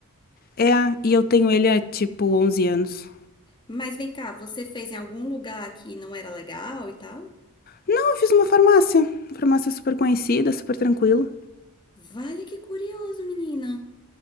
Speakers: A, on the left (about 40°); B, on the left (about 20°).
A: É, e eu tenho ele há tipo 11 anos.
B: Mas vem cá, você fez em algum lugar que não era legal e tal?
A: Então, Eu fiz uma farmácia. Uma farmácia super conhecida, super tranquila.
B: Vale que curioso, menina.